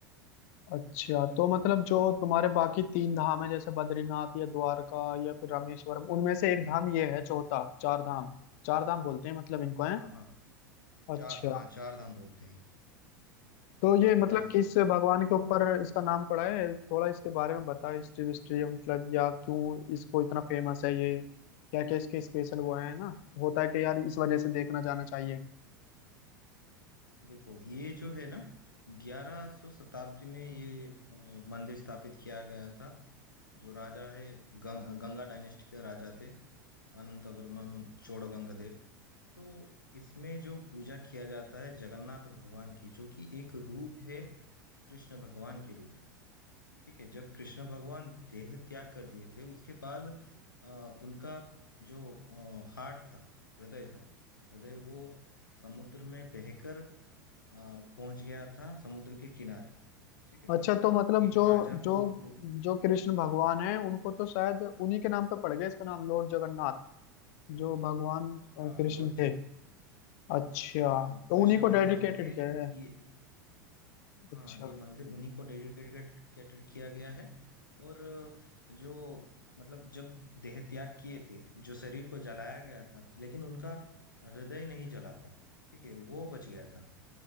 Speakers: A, on the left; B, on the left.
A: अच्छा तो मतलब जो तुम्हारे बाकी तीन धाम है जैसे बद्रीनाथ या द्वारका या फिर रामेश्वरम उनमें से एक धाम ये है चौथा चार धाम चार धाम बोलते हैं मतलब इनको है
B: हाँ हाँ
A: अच्छा
B: चार हाँ चार धाम बोलते हैं
A: तो ये
B: और
A: मतलब किस भगवान
B: अ,
A: के ऊपर इसका नाम पड़ा है थोड़ा इसके बारे में बताओ हिस्ट्री विस्ट्री मतलब या क्यों इसको इतना फेमस है ये क्या क्या इसके स्पेशल वो है ना होता है कि यार इस वजह से देखना जाना चाहिए
B: देखो ये जो है ना ग्यारह सौ शताब्दी में ये अ, मंदिर स्थापित किया गया था जो राजा है गं, गंगा डायनेस्टी के राजा थे अनंतवर्मन चोड़गंगदेव तो इसमें जो पूजा किया जाता है जगन्नाथ भगवान की जो कि एक रूप है कृष्ण भगवान के रूप है ठीक है जब कृष्ण भगवान देह त्याग कर दिए थे उसके बाद अ, उनका जो हार्ट था हृदय था हृदय वो समुद्र में बहकर आ, पहुंच गया था समुद्र के किनारे ठीक है
A: अच्छा तो मतलब
B: एक
A: जो
B: राजा
A: जो
B: को वो
A: जो कृष्ण भगवान है उनको तो शायद उन्हीं के नाम पे पड़ गया इसका नाम लॉर्ड जगन्नाथ जो भगवान
B: हाँ
A: अ, कृष्ण
B: लॉर्ड
A: थे अच्छा
B: हाँ
A: तो
B: कृष्ण
A: उन्हीं को
B: भगवान
A: डेडिकेटेड
B: के
A: किया है
B: ये
A: अच्छा
B: हाँ ये मंदिर उन्हीं को डेडिकेटेड किया गया है और अ, जो मतलब जब देह त्याग किए थे जो शरीर को जलाया गया था लेकिन उनका हृदय नहीं जला था ठीक है वो बच गया था